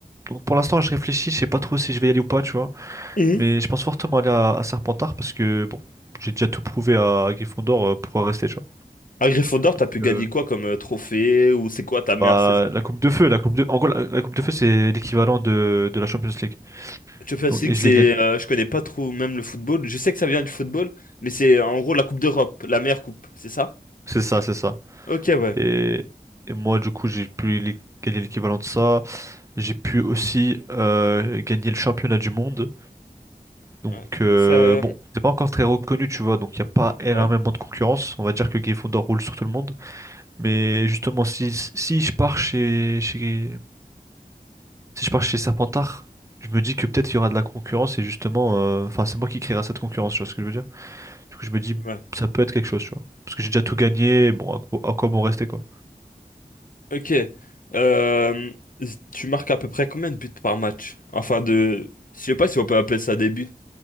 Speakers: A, on the right; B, on the left.
A: Donc pour l'instant, je réfléchis, je sais pas trop si je vais y aller ou pas, tu vois.
B: Mhm.
A: Mais je pense fortement aller à, à Serpentard parce que bon, j'ai déjà tout prouvé à, à Gryffondor euh, pour rester, tu vois.
B: À Gryffondor, t'as
A: Donc,
B: pu gagner
A: euh,
B: quoi comme euh, trophée ou c'est quoi ta meilleure
A: bah
B: saison?
A: la Coupe de Feu, la Coupe de en gros la, la Coupe de Feu c'est l'équivalent de de la Champions League.
B: Tu fais aussi
A: Donc et
B: que
A: je
B: c'est,
A: l'ai gagné.
B: euh, je connais pas trop même le football. Je sais que ça vient du football, mais c'est euh, en gros la Coupe d'Europe, la meilleure coupe, c'est ça?
A: C'est ça, c'est ça.
B: Ok, ouais.
A: Et, et moi, du coup, j'ai pu l'é- gagner l'équivalent de ça. J'ai pu aussi euh, gagner le championnat du monde. Donc,
B: Ouais,
A: euh,
B: ça,
A: bon, c'est pas encore très reconnu, tu vois. Donc, il n'y a pas énormément
B: ouais,
A: de concurrence. On va dire que Gryffondor roule sur tout le monde. Mais justement, si, si je pars chez, chez, si je pars chez Serpentard, je me dis que peut-être il y aura de la concurrence. Et justement, euh, enfin, c'est moi qui créera cette concurrence, tu vois ce que je veux dire. Du coup, je me dis,
B: ouais.
A: ça peut être quelque chose, tu vois. Parce que j'ai déjà tout gagné. Bon, à, quoi à quoi bon rester, quoi.
B: Ok. Euh, tu marques à peu près combien de buts par match? Enfin de... Je sais pas si on peut appeler ça des buts.